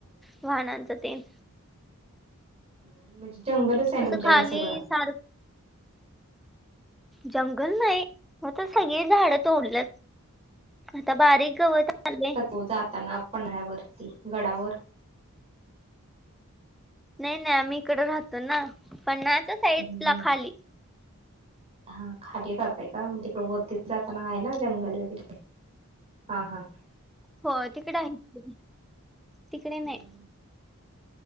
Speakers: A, in the centre; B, on the right.
A: वाहनांचा तेन.
B: ह म्हणजे जंगलच आहे,
A: कसं
B: तुमच्याकडे
A: खाली
B: सगळं.
A: सार जंगल नाही, मात्र सगळी झाडं तोडल्यात. आता बारीक गवत आले.
B: हो जाताना पन्हाळ्यावरती गडावर
A: नाही ना. आम्ही इकडं राहतो ना, पन्हाळ्याच्या साईड
B: हम्म
A: ला खाली.
B: हा खाली रहाताय का? मग तिकडं वरती जाता आहे ना, जंगल वगैरे. हा हा.
A: हो तिकडं आहे तिकडे नाही
B: हम्म.